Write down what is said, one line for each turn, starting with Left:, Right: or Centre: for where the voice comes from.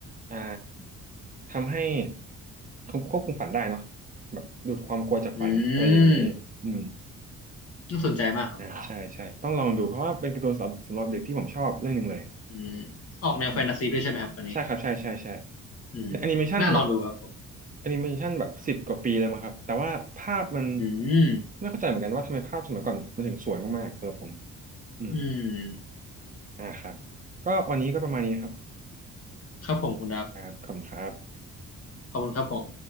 Right: อ่าทำให้ควบควบคุมฝันได้เนาะแบบดูดความกลัวจากฝันอะไรอย่างนี้อืม
Left: อืมน่าสนใจมากครับ
Right: อ่าใช่ใช่ต้องลองดูเพราะว่าเป็นการ์ตูนสำหรับสำหรับเด็กที่ผมชอบเรื่องหนึ่งเลย
Left: อืมออกแนวแฟนตาซีด้วยใช่ไหมครับอันนี้
Right: อ่าใช่ครับใช่ใช่ใช่
Left: อืมน่าลองดูครับผม
Right: แอนิเมชันแบบแอนิเมชันแบบสิบกว่าปีแล้วมั้งครับแต่ว่าภาพมัน
Left: อืม
Right: ไม่เข้าใจเหมือนกันว่าทำไมภาพสมัยก่อนมันถึงสวยมากๆสำหรับผมอืม
Left: อืม
Right: อ่าครับก็วันนี้ก็ประมาณนี้ครับ
Left: ครับผมคุณดับ
Right: ครับขอบคุณครับ
Left: ขอบคุณครับผม